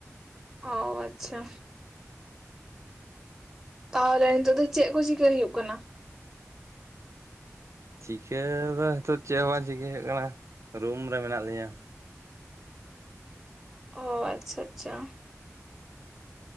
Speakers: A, in the centre; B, on the right (about 60°).
A: ᱚ ᱟᱪᱪᱷᱟ᱾ ᱛᱟᱦᱚᱞᱮ ᱱᱤᱛᱚᱜ ᱫᱚ ᱪᱮᱜ ᱠᱚ ᱪᱤᱠᱟᱹᱭ ᱦᱩᱭᱩᱜ ᱠᱟᱱᱟ?
B: ᱪᱤᱠᱟᱹ ᱫᱚ ᱱᱤᱛᱚᱜ ᱪᱮᱜ ᱦᱚᱸ ᱵᱟᱝ ᱪᱤᱠᱟᱹᱭ ᱦᱩᱭᱩᱜ ᱠᱟᱱᱟ ᱨᱩᱢ ᱨᱮ ᱢᱮᱱᱟᱜ ᱞᱤᱧᱟᱹ᱾
A: ᱚᱻ ᱟᱪᱪᱷᱟ ᱟᱪᱪᱷᱟ᱾